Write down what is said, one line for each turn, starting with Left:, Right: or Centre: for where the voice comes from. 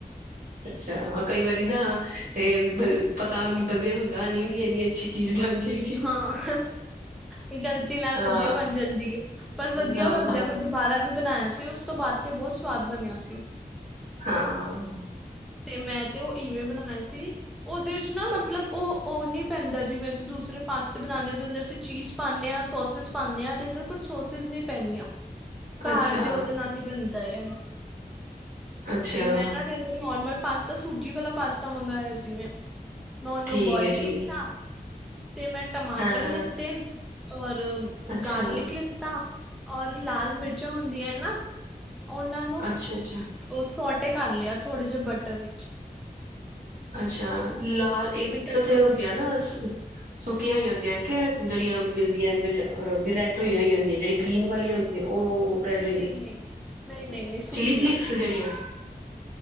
Right: ਅੱਛਾ ਕਈ ਵਾਰੀ ਨਾ ਇਹ ਪਤਾ ਬੰਦੇ ਨੂੰ ਹੁੰਦਾ ਨੀ ਵੀ ਇੰਨੀ ਅੱਛੀ ਚੀਜ਼ ਬਣ ਜਾਏਗੀ
Centre: ਹਾਂ ਇਹ ਗ਼ਲਤੀ ਨਾਲ
Right: ਹਾਂ
Centre: ਵਧੀਆ ਬਣ ਜਾਂਦੀ ਹੈ ਪਰ ਵਧੀਆ
Right: ਹਾਂ
Centre: ਬਣਦਿਆਂ ਮੈਂ ਦੁਬਾਰਾ ਵੀ ਬਣਾਇਆ ਸੀ ਉਸ ਤੋਂ ਬਾਅਦ ਤੇ ਬਹੁਤ ਸਵਾਦ ਬਣਿਆ ਸੀ
Right: ਹਾਂ ਹਾਂ
Centre: ਤੇ ਮੈਂ ਤੇ ਉਹ ਈਵਂ ਬਣਾਇਆ ਸੀ ਉਹਦੇ ਚ ਨਾ ਮਤਲਬ ਉਹ ਉਹ ਨਹੀਂੀ ਪੈਂਦਾ ਜਿਵੇਂ ਅਸੀਂ ਦੂਸਰੇ ਪਾਸਤੇ ਬਣਾਾਨਦੇ ਹ ਉਹਦੇ ਅੰਦਰ ਅਸੀਂ ਚੀਜ਼ ਪਾਉਂਦੇ ਹਾਂ ਸੋਸਿਸ ਪਾਉਂਦੇ ਹਾਂ ਉਹਦੇ ਅੰਦਰ ਕੁਛ ਸੋਸਿਸ ਨਹੀਂੀ ਪੈਂਨਆਂ ਘਰ
Right: ਅੱਛਾ
Centre: ਦੀ ਉਹਦੇ ਨਾਲ ਹੀ ਬਣਦੀ ਦਾਇਨ
Right: ਅੱਛਾ
Centre: ਤੇ ਮੈਂ ਨਾ ਤਦੇ ਨੋਰਮਲ ਪਾਸਤਾ ਸੂਜੀ ਵਾਲਾ ਪਾਸਤਾ ਮੰਗਵਾਆ ਸੀ ਮੈਂ ਮੈਂ ਉਹਨੂੰ
Right: ਠੀਕ
Centre: ਬੋਇਲ
Right: ਹੈ ਠੀਕ
Centre: ਕੀਤਾ ਤੇ ਮੈਂ ਟਮਾਟਰ
Right: ਹਾਂ
Centre: ਲਿੱਤੇ
Right: ਹਾਂ
Centre: ਹੋਰ
Right: ਅੱਛਾ,
Centre: ਗਾਰਲਿਕ ਲਿੱਤਾ ਔਰ ਲਾਲ ਮਿਰਚਾਂ ਹੁੰਦੀਆਂ ਨਾ ਉਹਨਾਂ ਨੂੰ
Right: ਅੱਛਾ, ਅੱਛਾ।
Centre: ਸ ਕਰ ਲਿਆ ਥੋੜੇ ਜਿਹੇ ਬਟ ਟੜਜ਼
Right: ਅੱਛਾ ਲਾਹ
Centre: ਤੱਕ
Right: ਕਿਥੇ
Centre: ਸੋਟੇ
Right: ਹੁੰਦੀ ਆ ਨਾ ਸੁੱਕੀਆਂ ਹੋਈ ਜਾਂਦੀਆਂ ਕਿ ਜਿਹੜੀਆਂ ਮਿਲਦੀਆਂ ਬ੍ਰੈਡ ਹੋਈਆਂ ਹੋਈ ਜਾਂਦੀਆਂ ਜਿਹੜੀ ਗ੍ਰੀਨ ਵਾਲੀਆਂ ਹੁੰਦੀਆਂ ਉਹ ਰੈਡ
Centre: ਨਹੀਂ
Right: ਹੋ
Centre: ਨਹੀਂ
Right: ਜਾਂਦੀ
Centre: ਨਹੀਂ ਨਹੀਂ ਨਹੀਂ ਨਹੀਂ ਨਹੀਂ ਸੁੱਕੀਆਂ
Right: ਚਿਲੀ ਫਲੇਕਸ ਜਿਹੜੀਆਂ